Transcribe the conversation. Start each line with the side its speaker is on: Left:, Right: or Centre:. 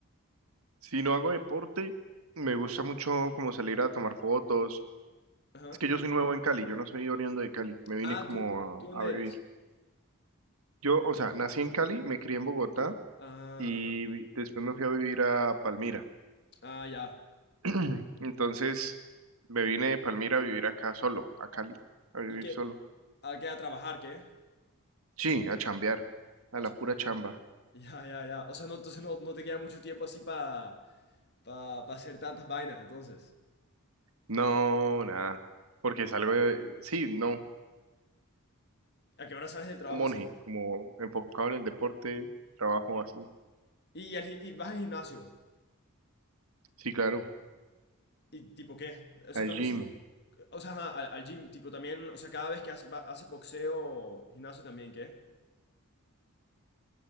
Right: Si no hago deporte, me gusta mucho como salir a tomar fotos.
Left: Ajá.
Right: Es que yo soy nuevo en Cali, yo no soy oriundo de Cali. Me vine
Left: Ah,
Right: como
Left: ¿tú, tú dónde
Right: a, a vivir.
Left: eres?
Right: Yo, o sea, nací en Cali, me crié en Bogotá.
Left: Ah,
Right: y
Left: ajá.
Right: vi- después me fui a vivir a Palmira.
Left: Ah, ya.
Right: <clears throat> Entonces me vine de Palmira a vivir acá solo, a Cali, a vivir
Left: ¿Y qué?
Right: solo.
Left: ¿A qué? ¿A trabajar, qué?
Right: Sí, a chambear, a
Left: Ah,
Right: la
Left: chambear.
Right: pura chamba.
Left: Ya, ya, ya. O sea, no, entonces no, no te queda mucho tiempo así para pa, pa pa hacer tantas vainas, entonces.
Right: No, nada, porque salgo de, sí, no,
Left: ¿A qué hora sales del trabajo
Right: como
Left: así?
Right: monje, como enfocado en el deporte, trabajo así.
Left: Y, y al gi- y vas al gimnasio.
Right: Sí, claro,
Left: ¿Y tipo qué? O sea,
Right: al
Left: cuando
Right: gym.
Left: haces bo- o sea, ajá, al, al gym, tipo también, o sea, cada vez que haces, va- haces boxeo, gimnasio también, ¿qué?